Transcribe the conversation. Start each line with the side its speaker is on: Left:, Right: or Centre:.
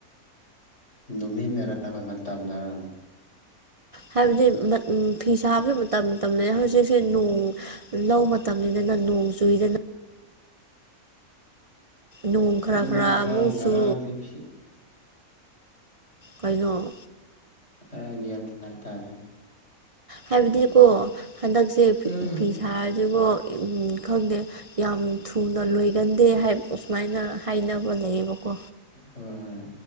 Left: ꯅꯨꯨꯃꯤꯠꯅꯔꯕ ꯃꯇꯝꯅꯔ
Right: ꯍꯥꯏꯕꯗꯤ ꯎꯝ ꯐꯤ ꯁꯥꯕꯁꯦ ꯃꯇꯝ ꯃꯇꯝ ꯂꯩꯌꯦ ꯍꯧꯖꯤꯛꯁꯦ ꯅꯣꯡ ꯂꯧ ꯃꯇꯝꯅꯤꯗꯅ ꯅꯣꯡ ꯆꯨꯏꯗꯅ ꯅꯣꯡ ꯈꯔ
Left: ꯑꯗꯨ
Right: ꯈꯔ
Left: ꯅꯪ ꯉꯔꯥꯡ
Right: ꯑꯃꯨꯛ
Left: ꯉꯔꯥꯡꯗꯤ
Right: ꯆꯨ꯫
Left: ꯐꯤ
Right: ꯀꯩꯅꯣ꯫
Left: ꯑꯩ ꯒꯌꯥꯟ ꯇꯔꯦ ꯇꯔꯦ꯫
Right: ꯍꯥꯏꯕꯗꯤꯀꯣ ꯍꯟꯗꯛꯁꯦ ꯐꯤ
Left: ꯍꯣꯏ
Right: ꯐꯤ ꯁꯥꯔꯗꯤꯕꯣ ꯎꯝ ꯈꯪꯗꯦ꯫ ꯌꯥꯝ ꯊꯨꯅ ꯂꯣꯏꯒꯟꯗꯦ ꯍꯥꯏ ꯁꯨꯃꯥꯏꯅ ꯍꯥꯏꯅꯕ ꯂꯩꯌꯦꯕꯀꯣ꯫
Left: ꯍꯣꯏ ꯍꯣꯏ